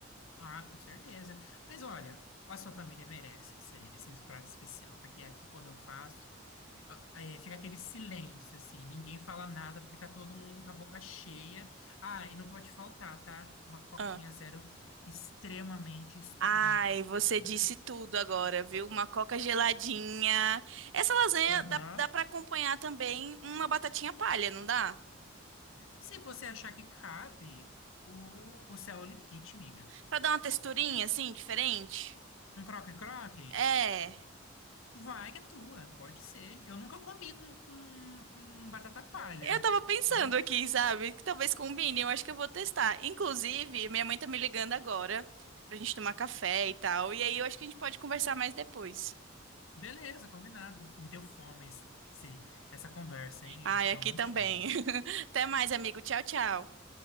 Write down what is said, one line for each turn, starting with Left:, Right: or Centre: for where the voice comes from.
Left: Ah, com certeza. Mas olha, a sua família merece esse, esses pratos especial, porque é aqui quando eu faço, ah, é, fica aquele silêncio, assim, ninguém fala nada, porque tá todo mundo com a boca cheia. Ah, e não pode faltar, tá? Uma coquinha
Right: Ah.
Left: zero extremamente, estupidamente
Right: Ai, você
Left: gelada.
Right: disse tudo agora, viu? Uma coca geladinha. Essa lasanha
Left: Aham.
Right: dá, dá para acompanhar também uma batatinha palha, não dá?
Left: Se você achar que cabe, o, o céu é o limite, miga.
Right: Pra dar uma texturinha, assim, diferente.
Left: Um croque-croque?
Right: É.
Left: Vai que é tua, pode ser. Eu nunca comi com, com, com batata palha.
Right: Eu tava pensando
Left: tá?
Right: aqui, sabe? Que talvez combine, eu acho que eu vou testar. Inclusive, minha mãe tá me ligando agora pra gente tomar café e tal. E aí eu acho que a gente pode conversar mais depois.
Left: Beleza, combinado. Me deu fome esse, esse- essa conversa, hein?
Right: Ai,
Left: Eu vou pegar
Right: aqui
Left: um lanchinho.
Right: também. <laughs> Até mais, amigo. Tchau, tchau.